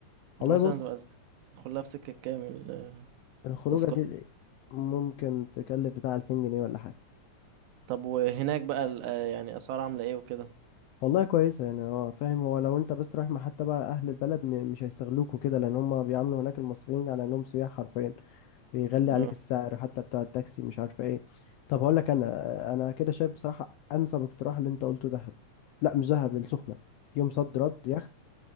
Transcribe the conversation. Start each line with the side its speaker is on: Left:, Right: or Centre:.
Right: يعني
Left: والله
Right: مثلا
Left: بص
Right: تبقى س- تدخلها في سكة كامل
Left: الخروجة
Right: التذكرة
Left: دي ممكن تكلف بتاع 2000 جنيه ولا حاجة
Right: طب وهناك بقى ال- آه، يعني اسعار عاملة ايه وكده
Left: والله كويسة يعني اه فاهم هو لو انت بس رايح مع حتى بقى أهل البلد م- مش هيستغلوك وكده لأن هما بيعاملوا هناك المصريين على إنهم سياح حرفيا بيغلي عليك
Right: اه
Left: السعر حتى بتاع التاكسي مش عارفه ايه طب هقول لك انا انا كده شايف بصراحه انسب اقتراح اللي انت قلته دهب لا مش دهب السخنه يوم صد رد يخت